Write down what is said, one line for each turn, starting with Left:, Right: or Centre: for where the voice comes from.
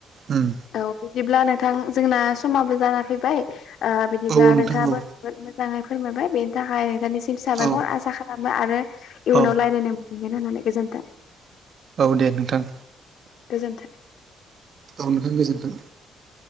Right: उम
Left: औ। बिदिब्ला नोंथां जोंना समाबो जाना फैबाय ओ बिदिब्ला
Right: औ नोंथां
Left: नोंथाङाबो
Right: औ
Left: जोबोद मोजाङै फोरमायबाय बेनि थाखाय नोंथांनिसिम साबायखर
Right: औ
Left: आसा खालाम आरो इयुनाव
Right: औ
Left: रायलायनो मोनगोन होननानै गोजोनथों।
Right: औ दे नोंथां।
Left: गोजोन्थों।
Right: औ नोंथां गोजोन्थों।